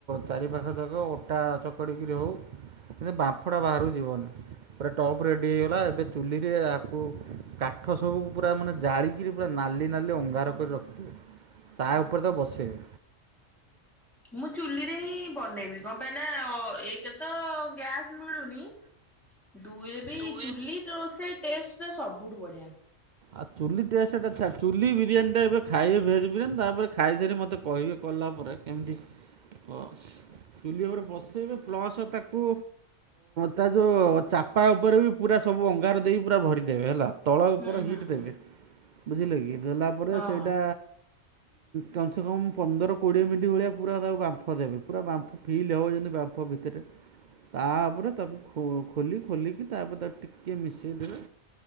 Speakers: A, on the right; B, in the centre.
A: ଚାରି ପାଖ ଯାକ ଅଟା ଚକଡ଼ିକିରି ହେଉ। ବାମ୍ଫଡା ବାହାରୁ ଯିବନି ପୁରା ଟପ ରେ ହେଇଗଲା ଏବେ ଚୁଲିରେ ଆକୁ କାଠ ସବୁକୁ ପୁରା ମାନେ ଜାଳିକରି ପୁରା ନାଲି ନାଲି ଅଙ୍ଗା ର କରି ରଖିଥିବେ ତା ଉପରେ ତାକୁ ବସେଇବ
B: ମୁଁ ଚୁଲିରେ ହିଁ ବନେଇବି କଣ ପାଇଁ ନା ଏକ ତ ଗ୍ୟାସ୍ ମିଳୁନି ଦୁଇରେ ବି
A: ଦୁଇ
B: ଚୁଲି ରୋଷେଇ ଟେଷ୍ଟ ଟା ସବୁଠୁ ବଢିଆ।
A: ଆଉ ଚୁଲି ଟେଷ୍ଟ ଟା ଚୁଲି ବିରିୟାନୀ ଟା ଏବେ ଖାଇବେ ଭେଜ ବିରିୟାନୀ ତାପରେ ଖାଇସାରି ମତେ କହିବେ କଲା ପରେ କେମିତି ତ ଚୁଲି ଉପରେ ବସେଇବେ ପ୍ଲସ୍ ତାକୁ ତା ଯୋଉ ଚାପା ଉପରେ ବି ପୁରା ସବୁ ଅଙ୍ଗାର ଦେଇ ପୁରା ଭରିଦେବେ ହେଲା।
B: ହୁଁ
A: ପୁରା
B: ହୁଁ
A: ହିଟ୍ ଦେବେ
B: ହୁଁ
A: ବୁଝିଲେ କି ଦେଲା ପରେ
B: ହଁ
A: ସେଇଟା
B: ହଁ
A: କମ ସେ କମ୍ ପନ୍ଦର କୋଡ଼ିଏ ମିନିଟ୍ ଭଳିଆ ପୁରା ତାକୁ ବାମ୍ଫ ଦେବେ ପୁରା ବାମ୍ଫ ଫିଲ୍ ହେବ ଯେମିତି ବାମ୍ଫ ଭିତରେ ତାପରେ ତାକୁ ଖୋଲି ଖୋଲିକି ତାପରେ ତାକୁ ଟିକଏ ମିଶେଇ ଦେବେ।